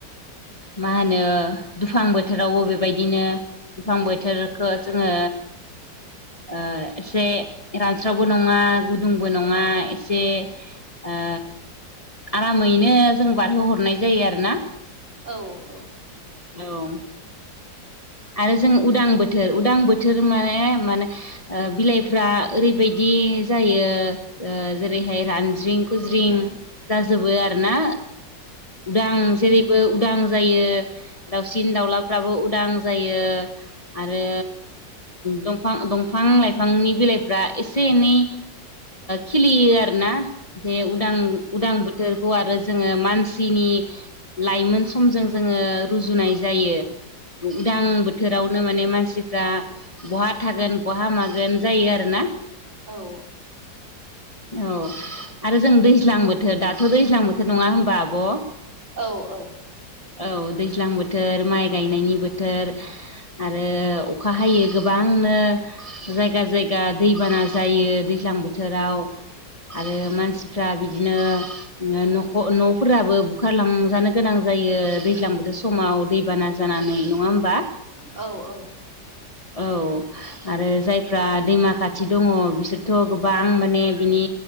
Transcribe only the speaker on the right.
औ औ
औ
औ औ
औ औ